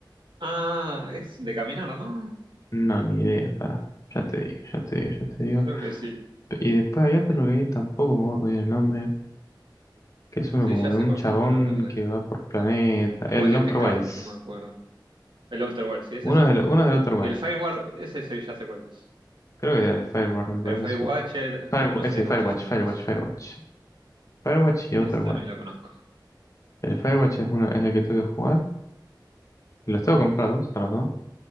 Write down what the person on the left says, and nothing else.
No, ni idea, pará. Ya te digo, ya te digo, ya te digo.
Y después hay otro que tampoco me acuerdo bien el nombre, que es uno
como
de
un
chabón
que
va por planeta. El
Outer
Wilds.
Uno
es del, uno es del Outer Wilds.
Creo que es el Fireguard, me parece
que se llama. Fire-
ese,
Firewatch,
Firewatch,
Firewatch. Firewatch y Outer
Wilds.
El Firewatch es, uno, es el que tengo que jugar. Los tengo comprados a los dos,